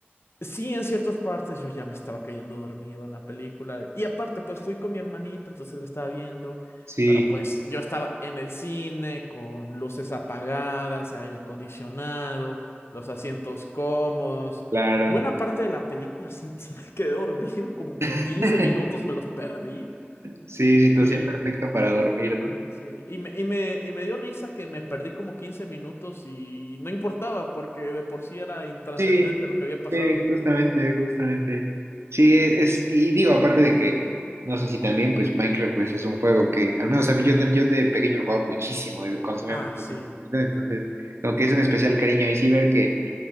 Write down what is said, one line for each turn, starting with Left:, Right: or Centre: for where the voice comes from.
Left: sí en ciertas partes yo ya me estaba cayendo dormido en la película. Y aparte, pues fui con mi hermanita, entonces la estaba viendo,
Right: Sí,
Left: pero pues yo estaba en el cine con luces apagadas, aire acondicionado, los asientos cómodos.
Right: claro.
Left: Buena parte de la película sí, sí me quedé dormido, como
Right: <laughs>
Left: 15 minutos me los perdí
Right: Sí, situación
Left: y...
Right: perfecta para dormir, ¿no?
Left: Sí, y me, y me, y me dio risa que me perdí como 15 minutos y no importaba porque de por sí era intrascendente
Right: Sí,
Left: lo que había pasado.
Right: sí, justamente, justamente. Sí, es, y digo, aparte de que, no sé si también, pues Minecraft pues, es un juego que, al menos a mí yo, tam- yo de pequeño lo jugaba muchísimo y consumía
Left: Ah,
Right: mucho
Left: sí.
Right: tiempo, ¿no? Entonces, como que es un especial cariño. Y sí ver que